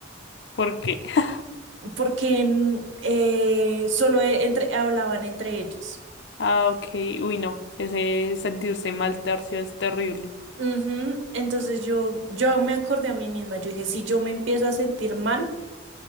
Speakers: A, on the left; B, on the right.
A: Porque, <laughs>
B: porque mm, eh, solo e- entre, hablaban entre ellos.
A: ah, ok, uy, no, ese sentirse mal tercio es terrible.
B: Ujú, Entonces yo, yo me acordé a mí misma, yo dije, si yo me empiezo a sentir mal,